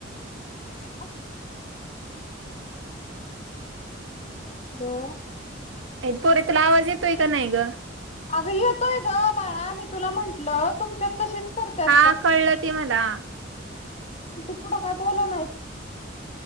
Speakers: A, on the left (about 35°); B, on the right (about 85°).
A: तू केलतं का? हॅलो!
B: ए पोरे तुला आवाज येतोय का नाही ग?
A: अगं येतोय ग बाळा, मी तुला म्हंटलं तुमच्यात तशीच करत्यात
B: हा कळलं ते मला.
A: म तु पुढं‌ काय बोला नाहीच.